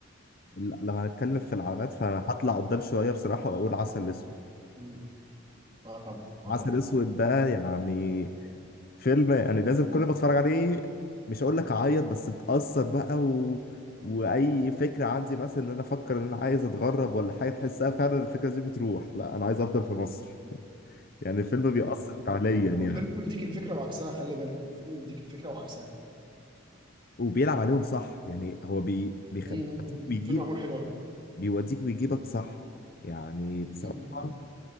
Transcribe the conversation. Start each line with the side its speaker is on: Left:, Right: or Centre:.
Left: لا، لو هنتكلم في العلامات فأنا هطلع قدام شوية بصراحة وأقول عسل أسود
Right: مم. اه طبعا اه
Left: عسل
Right: طبعا
Left: أسود ده يعني فيلم يعني لازم كل ما اتفرج عليه مش هقول لك اعيط بس اتأثر بقى و... واي فكره عندي مثلا ان انا افكر ان انا عايز اتغرب ولا حاجه تحسها فعلا الفكره دي بتروح لا انا عايز افضل في مصر يعني الفيلم بيأثر فعليا
Right: هو
Left: يعني
Right: الفيلم بيديك الفكره وعكسها خلي بالك الفيلم بيديك الفكره وعكسها
Left: وبيلعب عليهم صح يعني هو بي... بيخ...
Right: مم.
Left: بيوديك ويجيب
Right: فيلم معمول حلو أوي.
Left: بيوديك ويجيبك صح يعني بصراحه
Right: مم.